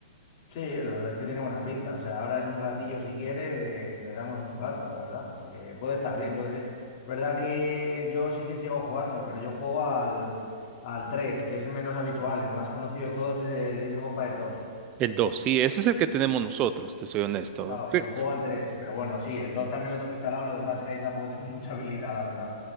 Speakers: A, on the left; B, on the right.
A: Sí, la verdad es que tiene buena pinta. O sea, ahora en un ratillo, si quiere, eh, le damos un rato, la verdad, porque puede estar bien, yo qué sé. Es verdad que yo sí que sigo jugando, pero yo juego al, al 3 que es menos habitual. El más conocido de todos es el Age of Empires dos
B: El dos. sí, ese es el que tenemos nosotros, te soy honesto.
A: Claro,
B: Sí,
A: yo juego al 3 pero bueno, sí, el 2 también lo tengo instalado, lo que pasa es que ahí tampoco <laughs> tengo mucha habilidad, la verdad.